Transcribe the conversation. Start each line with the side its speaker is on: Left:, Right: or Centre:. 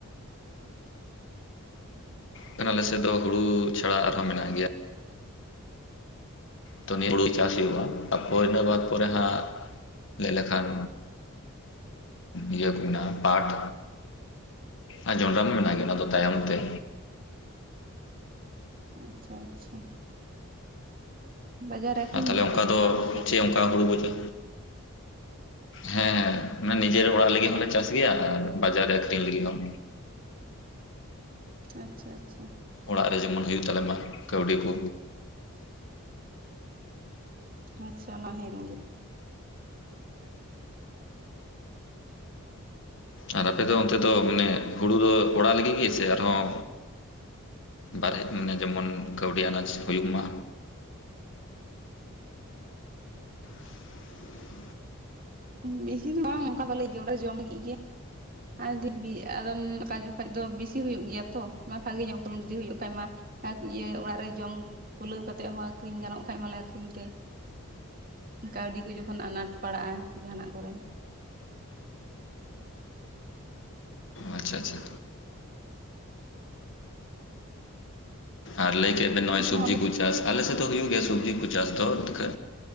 Left: ᱠᱷᱟᱱ ᱟᱞᱮᱥᱮᱜ ᱫᱚ ᱦᱩᱲᱩ ᱪᱷᱟᱲᱟ ᱟᱨᱦᱚᱸ ᱢᱮᱱᱟᱜ ᱜᱮᱭᱟ᱾ ᱛᱚ ᱱᱤᱭᱟᱹ ᱦᱩᱲᱩ ᱪᱟᱥ ᱦᱩᱭᱩᱜᱼᱟ, ᱛᱟᱯᱚᱨ ᱤᱱᱟᱹ ᱵᱟᱫ ᱯᱚᱨᱮ ᱦᱟᱸᱜ ᱞᱮᱜ ᱞᱮᱠᱷᱟᱱ ᱤᱭᱟᱹ ᱢᱮᱱᱟᱜᱼᱟ ᱯᱟᱴᱷ᱾ ᱟ ᱡᱚᱱᱰᱟ ᱢᱟ ᱢᱮᱱᱟᱜ ᱜᱮᱭᱟ ᱚᱱᱟ ᱫᱚ ᱛᱟᱭᱚᱢ ᱛᱮ᱾
Right: ᱟᱪᱪᱷᱟ ᱟᱪᱪᱷᱟ᱾ ᱵᱟᱡᱟᱨ ᱨᱮ ᱟᱠᱷᱨᱤᱧ
Left: ᱟ ᱛᱟᱦᱞᱮ
Right: ᱜᱮᱭᱟᱯᱮ
Left: ᱚᱱᱠᱟ
Right: ᱡᱚᱱᱰᱨᱟ
Left: ᱫᱚ
Right: ᱠᱚ ᱛᱟᱦᱚᱞᱮ
Left: ᱪᱮᱫ ᱚᱱᱠᱟ ᱦᱩᱲᱩ ᱵᱩᱡᱟᱹ ᱦᱮᱸᱻ ᱱᱮ ᱱᱤᱡᱮᱨ ᱚᱲᱟᱜ ᱞᱟᱹᱜᱤᱫ ᱦᱚᱞᱮ ᱪᱟᱥ ᱜᱮᱭᱟ ᱟᱨ ᱵᱟᱡᱟᱨ ᱨᱮ ᱟᱠᱷᱨᱤᱧ ᱞᱟᱹᱜᱤᱫ ᱦᱚᱸ᱾
Right: ᱟᱪᱪᱷᱟ ᱟᱪᱪᱷᱟ᱾
Left: ᱚᱲᱟᱜ ᱨᱮ ᱡᱮᱢᱚᱱ ᱦᱩᱭᱩᱜ ᱛᱟᱞᱮᱢᱟ ᱠᱟᱹᱣᱰᱤ ᱠᱚ᱾
Right: ᱟᱪᱪᱷᱟ ᱚᱱᱟ ᱦᱮ ᱠᱟᱱ ᱜᱮᱭᱟ᱾
Left: ᱟᱨ ᱟᱯᱮᱫᱚ ᱚᱱᱛᱮ ᱫᱚ ᱢᱟᱱᱮ ᱦᱩᱲᱩ ᱫᱚ ᱚᱲᱟᱜ ᱞᱟᱹᱜᱤᱫ ᱜᱮ ᱥᱮ ᱟᱨᱦᱚᱸ ᱵᱟᱨᱦᱮ ᱢᱟᱱᱮ ᱡᱮᱢᱚᱱ ᱠᱟᱹᱣᱰᱤ ᱟᱱᱟᱡᱽ ᱦᱩᱭᱩᱜ ᱢᱟ᱾ <unintelligible>
Right: ᱵᱤᱥᱤ ᱫᱚ ᱵᱟᱝ ᱚᱱᱠᱟ ᱵᱟᱞᱮ ᱚᱲᱟᱜ ᱨᱮ ᱡᱚᱢ ᱞᱟᱹᱜᱤᱜ ᱜᱮ᱾ ᱟ ᱫᱤᱵᱽᱵᱤ ᱟᱫᱚᱢ ᱠᱟ ᱡᱚᱠᱷᱟᱡ ᱫᱚ ᱵᱮᱥᱤ ᱦᱩᱭᱩᱜ ᱜᱮᱭᱟ ᱛᱚ ᱵᱷᱟᱜᱤ ᱧᱚᱜ ᱯᱷᱚᱞᱚᱱ ᱡᱩᱫᱤ ᱦᱩᱭᱩᱜ ᱠᱷᱟᱡ ᱢᱟ ᱟᱠ ᱤᱭᱟᱹ ᱚᱲᱟᱜ ᱨᱮ ᱡᱚᱢ ᱠᱩᱞᱟᱹᱣ ᱠᱟᱛᱮᱜ ᱦᱚᱸ ᱟᱹᱠᱷᱨᱤᱧ ᱜᱟᱱᱚᱜ ᱠᱷᱟᱡ ᱢᱟᱞᱮ ᱟᱠᱷᱨᱤᱧ ᱜᱮ᱾ ᱠᱟᱣᱰᱤ ᱠᱚ ᱡᱚᱠᱷᱚᱱ ᱟᱱᱟᱴ ᱯᱟᱲᱟᱜᱼᱟ ᱡᱟᱦᱟᱱᱟᱜ ᱠᱚᱨᱮ᱾
Left: ᱟᱪᱪᱷᱟ ᱟᱪᱪᱷᱟ᱾ ᱟᱨ ᱞᱟᱹᱭ ᱠᱮᱜ ᱵᱮᱱ ᱱᱚᱜᱼᱚᱭ
Right: ᱦᱚᱸ
Left: ᱥᱚᱵᱽᱡᱤ ᱠᱩ ᱪᱟᱥ ᱟᱞᱮᱥᱮᱫ ᱫᱚ ᱦᱩᱭᱩᱜ ᱜᱮᱭᱟ ᱥᱚᱵᱽᱡᱤ ᱠᱚ ᱪᱟᱥ ᱫᱚ ᱠᱷᱟ